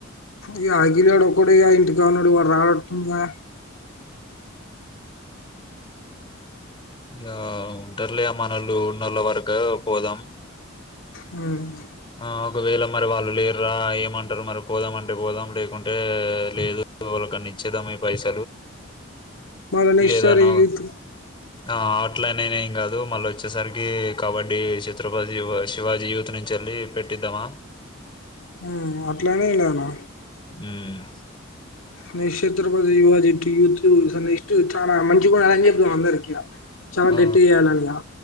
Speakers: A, on the left; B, on the left.
A: ఇ ఆగిలాడు ఒకడ ఇంటి కాడున్నాడు వాడు రానట్టుడుండుగా
B: గా ఉంటర్లే మనోళ్ళు ఉన్నళ్ళ వరక పోదాం
A: మ్మ్
B: ఆ ఒకవేళ మరి వాళ్ళు లేరు రా ఏమంటారు మరి పోదామంటే పోదాం లేకుంటే లేదు వాళ్ళకన్ని ఇచ్చేదాం ఈ పైసా
A: మళ నెస్ట్
B: ఏదన్నా
A: సారి యూత్
B: ఆ ఆట్లనేనే ఏం కాదు మళ్ళీ వచ్చేసరికి కబడ్డీ చిత్రపతివ శివాజీ యూత్ నుంచెల్లి పెట్టిద్దామా
A: ఉ అట్లనే లేనా
B: మ్మ్
A: నీక్షేత్రపతి యువ జిట్టు యూత్ నెస్ట్ చాలా మంచి కూడా అని చెప్తాం అందరికీ చాలా
B: ఆ
A: గట్టిగేయలనిగా